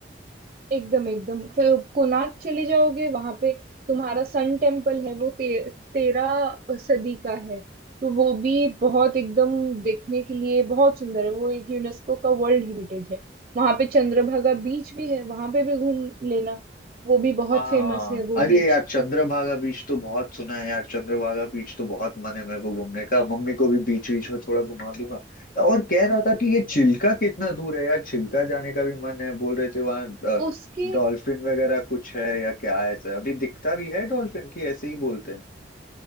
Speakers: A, on the right; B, on the left.
A: एकदम एकदम फिर कोणार्क चले जाओगे वहां पे तुम्हारा सन टेम्पल है वो ते, तेरह सदी का है तो वो भी बहुत एकदम देखने के लिए बहुत सुंदर है वो एक यूनेस्को का वर्ल्ड हेरिटेज है वहां पे चंद्रभागा बीच भी है वहां पे भी घूम लेना वो भी बहुत
B: हाँ
A: फेमस है वो
B: अरे
A: बीच
B: यार चंद्रभागा बीच तो बहुत सुना है यार चंद्रभागा बीच तो बहुत मन है मेरे को घूमने का मम्मी को भी बीच बीच में थोड़ा घुमा दूंगा और कह रहा था कि ये चिल्का कितना दूर है यार चिल्का जाने का भी मन है बोल रहे थे वहाँ
A: उसके
B: डॉल्फिन वगैरह कुछ है या क्या है, ऐसा अभी दिखता भी है डॉल्फिन की ऐसे ही बोलते हैं